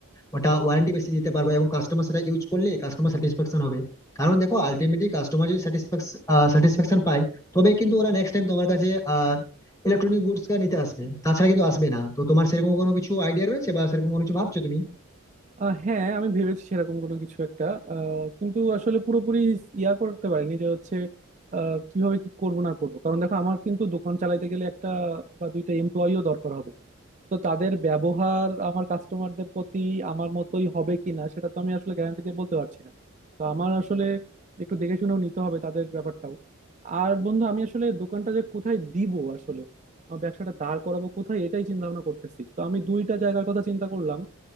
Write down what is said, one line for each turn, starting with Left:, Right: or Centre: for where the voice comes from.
Left: ওটা ওয়ারেন্টি বেশি দিতে পারবো এবং কাস্টমার সেটা ইউজ করলে কাস্টমার স্যাটিসফ্যাকশন হবে কারণ দেখো আলটিমেটলি কাস্টমার যদি স্যাটিসফ্যাকশন পায় তবে কিন্তু ওরা নেক্সট টাইম তোমার কাছে আহ ইলেকট্রনিক গুডস নিতে আসবে তাছাড়া কিন্তু আসবে না তো তোমার সেরকম কোনো কিছু আইডিয়া রয়েছে বা সেরকম কোনো কিছু ভাবছো তুমি
Right: আহ হ্যাঁ আমি ভেবেছি সেরকম কোনো কিছু একটা আহ, কিন্তু আসলে পুরোপুরি ইয়া করতে পারিনি যে হচ্ছে আহ, কিভাবে কি করব না করব কারণ দেখো আমার কিন্তু দোকান চালাইতে গেলে একটা বা দুইটা এমপ্লয়িও দরকার হবে তো তাদের ব্যবহার আমার কাস্টমারদের প্রতি আমার মতোই হবে কিনা সেটা তো আমি আসলে গ্যারান্টি দিয়ে বলতে পারছি না তো আমার আসলে একটু দেখে শুনেও নিতে হবে তাদের ব্যাপারটাও আর বন্ধু আমি আসলে দোকানটা যে কোথায় দিব আসলে আমার ব্যবসাটা দাঁড় করাবো কোথায় এটাই চিন্তা ভাবনা করতেছি তো আমি দুইটা জায়গার কথা চিন্তা করলাম